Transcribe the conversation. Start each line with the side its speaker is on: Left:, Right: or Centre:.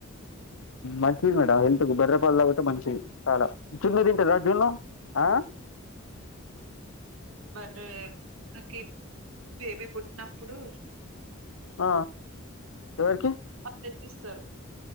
Left: మంచి మేడం ఎ బర్రపల్ తాగితే మంచిది చాలా జున్ను తింటారా జున్ను ఆ
Right: అరే నాకు బేబీ పుట్టినప్పుడు
Left: ఆ ఎవరికి
Right: ఆ ప్రయత్నిస్తారు